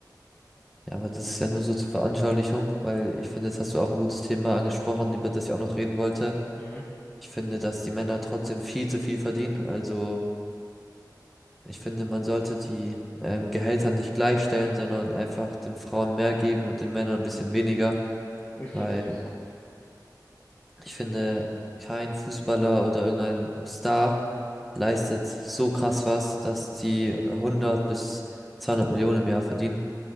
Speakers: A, in the centre; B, on the left.
A: Ja, aber das ist ja nur so zur Veranschaulichung, weil ich finde, jetzt hast du auch ein gutes Thema angesprochen, über das ich auch noch reden wollte.
B: Mhm.
A: Ich finde, dass die Männer trotzdem viel zu viel verdienen. Also ich finde, man sollte die ähm, Gehälter nicht gleichstellen, sondern einfach den Frauen mehr geben und den Männern ein bisschen weniger.
B: Ich finde
A: Weil
B: es nicht so.
A: ich finde, kein Fußballer oder irgendein Star leistet so krass was, dass die hundert bis 200 Millionen im Jahr verdienen.